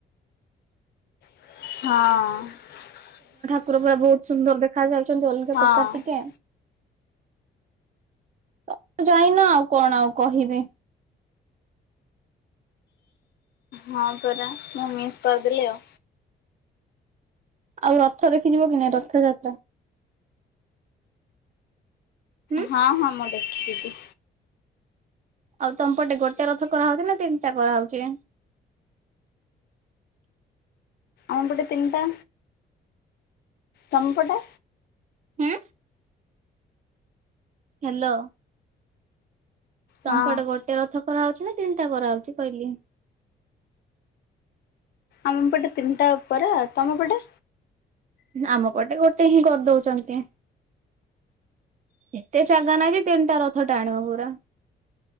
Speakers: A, on the left; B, on the right.
A: ହଁ।
B: ପୁରା ପୁରା ବହୁତ ସୁନ୍ଦର ଦେଖାଯାଏ। କିନ୍ତୁ ଅଲଗା
A: ହଁ
B: ପ୍ରକାର ଟିକେ ତ ଯାଇନି ଆଉ କଣ ଆଉ କହିବି?
A: ହଁ ପରା, ମୁଁ ମିସ୍ କରିଦେଲି ଆଉ।
B: ଆଉ ରଥ ଦେଖି ଯିବ କି ନାହି ରଥଯାତ୍ରା? ହୁଁ।
A: ହଁ ହଁ ମୁଁ ଦେ ଯିବି।
B: ଆଉଲ୍ ତମ ପଟେ ଗୋଟେ ରଥ କରାହଉଛି ନା ତିନିଟା କରାହଉଛି? <unintelligible>
A: ଆମପଟେ ତିନିଟା, ତମପଟେ?
B: ହୁଁ। ହ୍ୟାଲୋ। ତମପଟେ
A: ହଁ।
B: ଗୋଟେ ରଥ କରାହଉଛି ନା ତିନିଟା କରାହଉଛି କହିଲି?
A: ଆମ ପଟେ ତିନିଟା ଉପରେ, ଆଉ ତମ ପଟେ?
B: ଆମ ପଟେ ଗୋଟେ ହିଁ କରିଦଉଛନ୍ତି। ଏତେ ଜାଗା ନାହିଁ ଯେ ତିନିଟା ରଥ ଟାଣିବ ପୁରା।